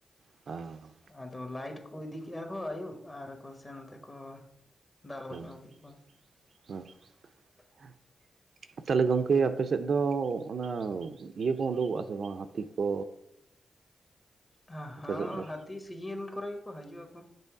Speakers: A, on the right (about 70°); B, on the left (about 30°).
A: ᱚ᱾
B: ᱟᱫᱚ ᱞᱟᱭᱤᱴ ᱠᱚ ᱤᱫᱤ ᱠᱮᱫ-ᱟ ᱠᱚ ᱟᱹᱭᱩᱵ ᱟᱨ ᱠᱚ ᱟᱛᱮᱜ ᱠᱚ ᱫᱟᱞ ᱜᱚᱡ
A: ᱚ
B: ᱟᱜᱩ ᱠᱮᱫ ᱠᱚᱣᱟ᱾
A: <inaudible>
B: <inaudible>
A: ᱛᱟᱞᱦᱮ ᱜᱚᱝᱠᱮ ᱟᱯᱮ ᱥᱮᱫ ᱫᱚ ᱚᱱᱟ ᱤᱭᱟᱹ ᱠᱚ ᱩᱰᱩᱠᱚᱜ-ᱟ ᱥᱮ ᱵᱟᱝ ᱦᱟᱹᱛᱤ ᱠᱚ᱾
B: ᱦᱟ
A: ᱟᱯᱮ
B: ᱦᱟᱸ
A: ᱥᱮᱫ ᱫᱚ
B: ᱦᱟᱹᱛᱤ ᱥᱤᱡᱤᱱ ᱠᱚᱨᱮ ᱜᱮᱠᱚ ᱦᱤᱡᱩᱜ ᱟᱠᱚ᱾